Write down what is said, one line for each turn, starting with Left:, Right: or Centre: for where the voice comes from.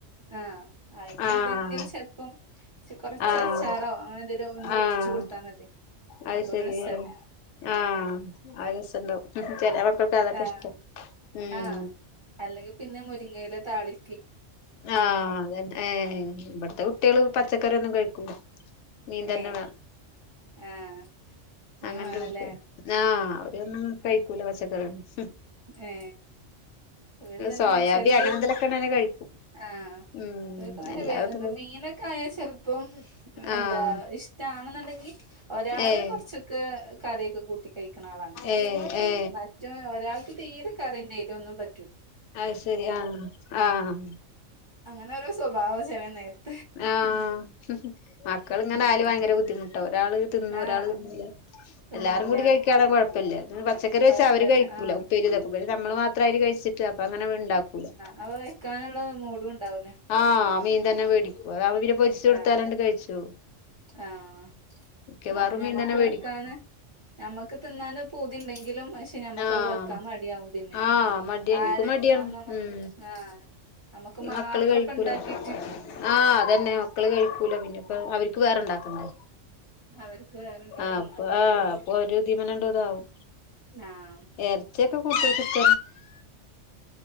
Right: ആഹ് ആയിക്കെന്തെങ്കിലും
Left: ആഹ്
Right: ചെൽ പ്പം കുറച്ച്
Left: ആഹ്
Right: അച്ചാറോ അങ്ങനെ എന്തെങ്കിലും ഒന്ന്
Left: ആഹ്
Right: ഉറ്റിച്ച് കൊടുത്താ മതി
Left: അത്
Right: അപ്പൊ
Left: ശെരിയാണ്
Right: ഒരു രസല്ലേ
Left: ആഹ് ആ രസണ്ടാവും ചില മക്കൾക്ക് അതൊക്കെ
Right: ആഹ്
Left: ഇഷ്ടം ഉം
Right: ആഹ് അല്ലെങ്കിൽ പിന്നെ മുരിങ്ങയിലെ താളി.
Left: ആഹ് അതന്നെ ഏ ഇവിടത്തെ കുട്ടികള് പച്ചക്കറിയൊന്നും കഴിക്കൂല മീൻ തന്നെ
Right: ഏ
Left: വേണം
Right: ആഹ് മീൻ
Left: അങ്ങനത്തെ
Right: വേണല്ലേ
Left: കുട്ടിക ആഹ് അവരൊന്നും കഴിക്കൂല പച്ചക്കറിയെന്നും
Right: ഏ ഇവര് തന്നെ
Left: സോയാബി
Right: ചെലെ
Left: അങ്ങനെ എന്തെലൊക്കെ ഉണ്ടെങ്കി കഴിക്കും
Right: ആഹ്
Left: ഉം
Right: ഇവർക്ക് തന്നെ
Left: എല്ലാതും
Right: ന്താ മീൻ. കായൽ ചെലപ്പം
Left: ആഹ്
Right: എന്താ ഇഷ്ടണെന്നുണ്ടെങ്കിൽ ഒരാള്
Left: ഏഹ്
Right: കൊറച്ചൊക്കെ കറിയൊക്കെ കൂട്ടി കഴിക്ക്ണ ആളാണ്.
Left: ഏ ഏ
Right: മറ്റും ഒരാൾക്ക് തീരെ കറിം നീരും ഒന്നും പ
Left: അ ശരി ആഹ് ആഹ്
Right: അങ്ങനെ ഒരു സ്വഭാവ ചെലനെർത്
Left: ആഹ് മക്കള
Right: ഉം
Left: ഇങ്ങനെ ആയല് ഭയങ്കര ബുദ്ധിമുട്ടാ ഒരാള് തിന്നു
Right: ആഹ്
Left: ഒരാള് തിന്നല
Right: തിന്നൂല
Left: എല്ലാരും കൂടി കഴിക്കാണാൻ കുഴപ്പല്ല പച്ചക്കറി
Right: കൊഴപ്പല്ല
Left: വെച്ചാ അവര് കഴിക്കൂല
Right: ആഹ്
Left: ഉപ്പേരിതക്കും നമ്മള് മാത്രംര് കഴിച്ചിട്ട് അപ്പൊ അങ്ങനെ ഉണ്ടാക്കൂല
Right: അപ്പം വെക്കാനുള്ള മൂഡും ഉണ്ടാവൂല
Left: ആഹ് മീൻ തന്നെ മേടിക്കൂ അതാവുമ്പൊ പിന്നെ പൊരിച്ചു കൊടുത്താലണ്ട്
Right: ആഹ്
Left: കഴിച്ചോളൂ
Right: ആഹ്
Left: ക്കെ
Right: നമ്മ
Left: വേറെ
Right: ഞമ്മക്ക്
Left: മീൻ തന്നെ മേടിക്കും
Right: വെക്കാന് ഞമ്മക്ക് തിന്നാന് പൂതിണ്ടെങ്കിലും പക് ഞമ്മക്കത്
Left: ആഹ്
Right: വെക്കാൻ മടിയാവും പിന്നെ
Left: ആഹ് മടിയാ
Right: ആ
Left: എനിക്കും മടിയാണ്
Right: നമ്മക്ക്
Left: ഉം
Right: ആഹ് നമുക്ക്
Left: ഈ
Right: മാത്രം
Left: മക്കള് കഴിക്കൂല
Right: ഇപ്പം ഉണ്ടാക്കിയിട്ട്
Left: ആഹ് അതന്നെ മക്കള് കഴിക്കൂല പിന്നെ ഇപ്പ അവർക്ക്
Right: ആഹ്
Left: വേറെണ്ടാക്കണ്ടേ
Right: അവർക്ക് വേറെണ്ടാക്കും
Left: ആപ്പൊ
Right: മാണ്ട
Left: ആഹ്
Right: അത് പിന്നെ
Left: അപ്പൊ ഒരുധീമന ണ്ട് ഇത് ആവും
Right: ആഹ്
Left: ഇറച്ചിയൊക്കെ കൂട്ടച്ചിട്ട